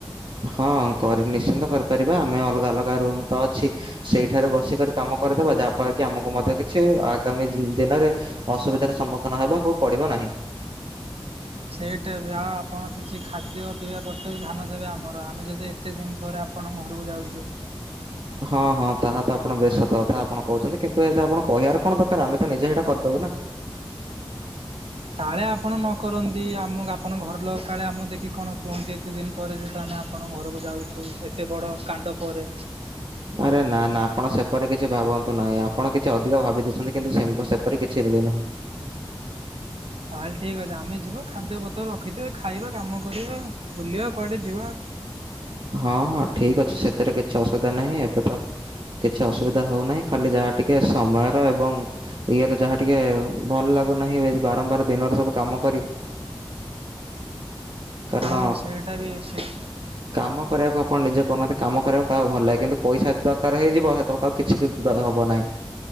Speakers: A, on the right; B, on the right.
A: ହଁ କରି ନିଶ୍ଚିନ୍ତ କରିପାରିବା ଆମେ ଅଲଗା ଅଲଗା ରୁମ ତ ଅଛି। ସେଇଠାରେ ବସିକରି କାମ କରିଦବା ଯାହା ଫଳରେ କି ଆମକୁ ମଧ୍ୟ କିଛି ଆଗାମୀ ଦିନରେ ଅସୁବିଧାର ସମ୍ମୁଖୀନ ହେବାକୁ ପଡିବ ନାହିଁ।
B: ସେଇଟା ବି ଆଉ ଆପଣ କିଛି ଖାଦ୍ୟ ପିଇବା ପତ୍ର ବି ଧ୍ୟାନ ଦେବେ ଆମର ଆମେ ଯଦି କେତେ ଦିନ ପରେ ଆପଣଙ୍କ ଘରକୁ ଯାଉଚୁ।
A: ହଁ ହଁ ତାହା ତ ଆପଣ ବେଶ ସତ କଥା ଆପଣ କହୁଛନ୍ତି କିନ୍ତୁ ଏତ ଆପଣ କହିବାର କଣ ଦରକାର ଆମେ ତ ନିଜେ ହେଇଟା କରିଦବୁ ନା।
B: କାଳେ ଆପଣ ନ କରନ୍ତି ଆମ ଆପଣଙ୍କ ଘର ଲୋକ କାଳେ ଆମ ଦେଖିକି କଣ କୁହନ୍ତି। ଏତେ ଦିନ ପରେ ଯେହେତୁ ଆମେ ଆପଣଙ୍କ ଘରକୁ ଯାଉଚୁ ଏତେ ବଡ଼ କାଣ୍ଡ ପରେ।
A: ଆରେ ନା ନା ଆପଣ ସେପରି କିଛି ଭାବନ୍ତୁ ନାହିଁ ଆପଣ କିଛି ଅଧିକ ଭାବି ଦେଇଚନ୍ତି କିନ୍ତୁ ସିମ୍ପୁ ସେପରି କିଛି ରୁହେନା।
B: ତାହେଲେ ଠିକ୍ ଅଛି ଆମେ ଯିବୁ ଖାଦ୍ୟପତ୍ର ରଖିଥିବେ ଖାଇବା କାମ କରିବା ବୁଲିବା କୁଆଡ଼େ ଯିବା।
A: ହଁ ହଁ ଠିକ୍ ଅଛି ସେଥିରେ କିଛି ଅସୁବିଧା ନାହିଁ ଏବେ ତ କିଛି ଅସୁବିଧା ହଉନାହିଁ ଖାଲି ଯାହା ଟିକେ ସମୟର ଏବଂ ଇଏର ଯାହା ଟିକେ ଭଲ ଲାଗୁନାହିଁ ଏ ବାରମ୍ବାର ଦିନର ସବୁ କାମ କରି କାରଣ
B: ହଁ ସେଇଟାବି ସେ
A: କାମ କରିବାକୁ ଆପଣ ନିଜେ କହୁନାହାନ୍ତି କାମ କରିବାକୁ କାହାକୁ ଭଲ ଲାଗେ କିନ୍ତୁ ପଇସାଦି ଦରକାର ହେଇଯିବହେ ତମେ କାହାକୁ କିଛି ଗି ଦ ହବ ନାହିଁ।